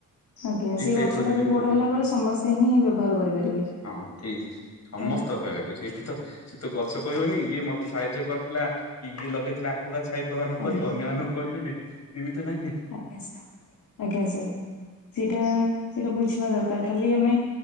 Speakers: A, on the left; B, on the left.
A: ଆଜ୍ଞା
B: ଏଇ
A: ସେଇ
B: ଟାଇପ
A: ଗଛଟା
B: ର ଯଦି
A: ବି
B: କରୁଛନ୍ତି
A: ବଡ ହେଲା ପରେ ସମସ୍ତେ ହିଁ ବ୍ୟବହାର କରିପାରିବେ
B: ହଁ ଠିକ ସମସ୍ତ
A: ତ
B: ସେଇଠି ତ ସେ ତ ଗଛ କହିବନି ଇଏ ମତେ ସାହାଯ୍ୟ କରିଥିଲା କି ଇଏ ଲଗେଇଥିଲା। ପକା ଛାଇ ପ୍ରଦାନ
A: ଆଜ୍ଞା
B: କରିବି ଅନ୍ୟମାନଙ୍କୁ କରିବି ନାଇଁ ଏମିତି ନହିଁ।
A: ଆଜ୍ଞା ସାର୍ ଆଜ୍ଞା ସାର୍ ସେଇଟା ସେଟା ବୁଝିବା ଦରକାର ଖାଲି ଆମେ।